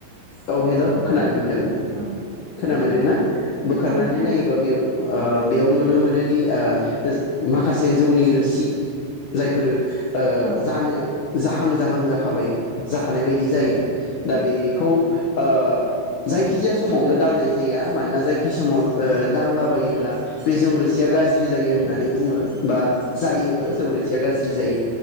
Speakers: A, on the left; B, on the right.
A: औ हेलौ, खोनानो मोन दों
B: ओं
A: खोन मोनदोंना
B: खोनादों
A: बोखारनानै
B: औ खोनादों
A: नायोबा बेयाव ओ बेयाव नुनो मोनोदि ओ बोस माखासे जौनि रोसि जायफोरो ओ
B: औ
A: जानो जा हां जाहां जाखाबाय जाखानाय बायदि जायो। दा बेखौ
B: औ
A: ओ। जायखिजाया समावनो दांनाय जाया। मानोना जायखि समाव ओ दांलाबायोब्ला बे जौरोसिया गाज्रि जायो होननानै बुङो बा जायोबो जौरोसिया गाज्रि। जि जायो